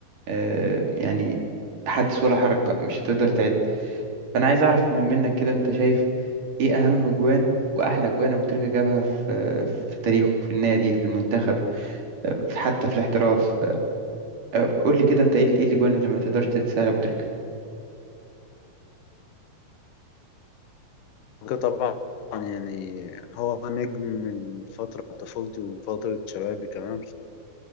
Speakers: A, on the right; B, on the left.
A: آه، يعني حدث ولا حرج بقى مش هتقدر تعد فأنا عايز أعرف منك كده أنت شايف ايه اهم جوان واحلى جوان ابو تريكة جابها في في تاريخه في النادي في المنتخب في حتى في الاحتراف أه، قول لي كده انت ايه ال- إيه الاجوان اللي ما تقدرش تنساها لابو تريكة
B: طبعا يعني هو نجم من فترة طفولتي وفترة شبابي كمان